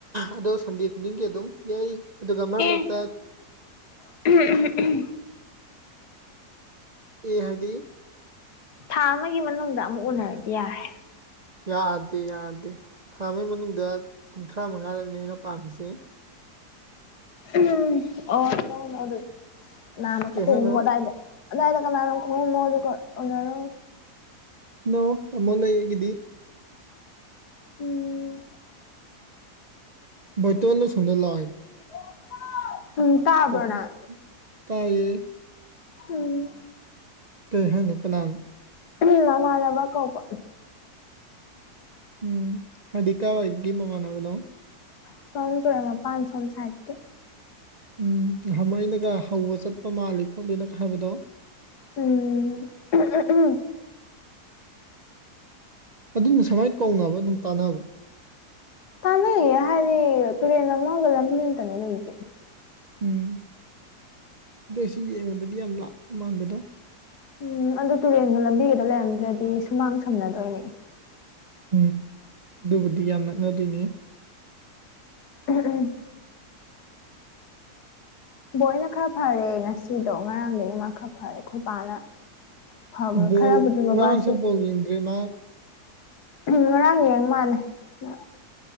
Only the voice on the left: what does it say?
ꯑꯦ
<unintelligible>
ꯊꯥ ꯑꯃꯒꯤ ꯃꯅꯨꯡꯗ ꯑꯃꯨꯛ ꯎꯅꯔꯗꯤ ꯌꯥꯔꯦ
ꯎꯝ ꯑꯣ ꯅꯧꯅ ꯑꯗꯨ ꯅꯥꯟꯅ
ꯈꯨꯝꯃꯣ
ꯑꯗꯥꯏꯗ꯫ ꯑꯗꯥꯏꯗ ꯀꯅꯥꯅ‌ꯣ ꯈ‌ꯣꯝꯃꯝꯃ‌ꯣ ꯑꯗꯨꯒ ꯎꯅꯔꯣ
ꯎꯝ
<unintelligible> ꯎꯝ ꯇꯥꯕ꯭ꯔꯣ
ꯅꯪ
ꯎꯝ꯫
<unintelligible> ꯅꯃꯥꯟꯅꯕ ꯀꯧꯕ꯫
ꯑꯁꯣꯝ ꯇꯨꯔꯦꯟ ꯃꯄꯥꯟ ꯑꯁꯣꯝ ꯁꯥꯏꯠꯀꯤ꯫
ꯎꯝ <unintelligible>
ꯇꯥꯟꯅꯩꯌꯦ ꯍꯥꯏꯗꯤ ꯇꯨꯔꯦꯟ ꯑꯃꯒ ꯂꯝꯕꯤ ꯑꯃꯇꯪꯅꯦ ꯂꯩꯖꯦ꯫
ꯎꯝ ꯑꯗꯨ ꯇꯨꯔꯦꯟꯒ ꯂꯝꯕꯤꯒꯗꯣ ꯂꯩꯔꯝꯗ꯭ꯔꯗꯤ ꯁꯨꯃꯥꯡ ꯁꯝꯅꯗꯣꯏꯅꯦ
<unintelligible> ꯕꯣꯏꯅ ꯈꯔ ꯐꯔꯦ ꯉꯁꯤꯗꯣ ꯉꯔꯥꯡꯗꯒꯤ ꯃꯥ ꯈꯔ ꯐꯔꯦ ꯈꯣꯏꯕꯥꯅ ꯐꯕ
ꯈꯔꯕꯨꯗꯤ ꯕꯕꯥꯁꯨ
ꯎ ꯉꯔꯥꯡ ꯌꯦꯡ ꯃꯥꯜꯂꯦ ꯃꯥ